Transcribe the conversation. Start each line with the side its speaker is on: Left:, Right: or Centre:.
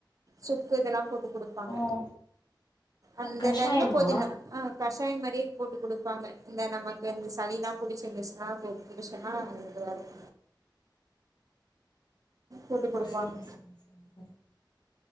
Right: சுக்கு இதெல்லா போட்டு குடுப் பாங்க
Left: ஓ
Right: அந்த
Left: அது கஷாயமா
Right: டைம்ல பொதினா கஷாயோ மாரி போட்டு குடுப்பாங்க இந்த நமக்கு இந்த சளிலா புடிச்சிருந்துச்சுனா போட்டு குடிச்சோன்னா இதுவாருக் போட்டு
Left: ஓ
Right: குடுப்பாங்க
Left: சேரி சேரி சேரி